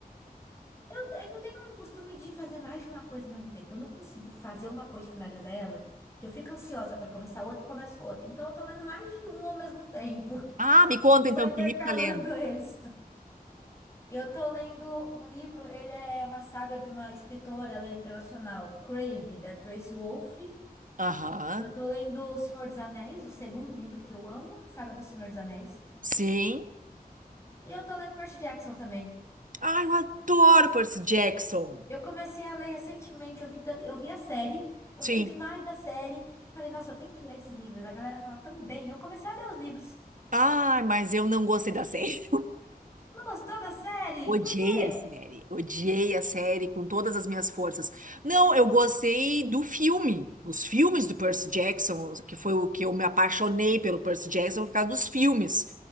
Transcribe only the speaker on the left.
Eu, te- é que eu tenho um costume de fazer mais de uma coisa ao mesmo tempo. Eu não consigo fazer uma coisa e finalizar ela, que eu fico ansiosa para começar outra e começo outra. Então eu tô lendo mais de um ao mesmo tempo.
<laughs>
Vou só
intercalando
eles. Eu tô lendo um livro, ele é uma saga de uma escritora, ela é internacional, Crave, da Tracy Wolfe.
Eu tô lendo O Senhor dos Anéis, o segundo livro que eu amo, a saga do Senhor dos Anéis.
E eu tô lendo Percy Jackson também.
Eu comecei a ler recentemente, eu vi, tan- eu vi a série, gostei
demais da série. Falei, nossa, eu tenho que ler esses livros, a galera fala tão bem. Eu comecei a ler os livros.
Não gostou da série?
Por quê?